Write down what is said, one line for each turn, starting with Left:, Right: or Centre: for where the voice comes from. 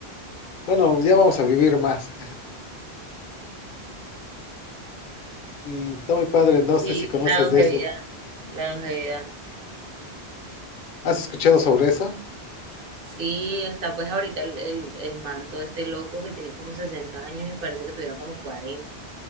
Left: bueno, ya vamos a vivir más. Y está muy padre, no
Right: Sí,
Left: sé si conoces
Right: la longevidad,
Left: de eso.
Right: la longevidad.
Left: ¿Has escuchado sobre eso?
Right: Sí, está pues ahorita el, el, el man todo este loco que tiene como 60 años y parece que tuviera como 40,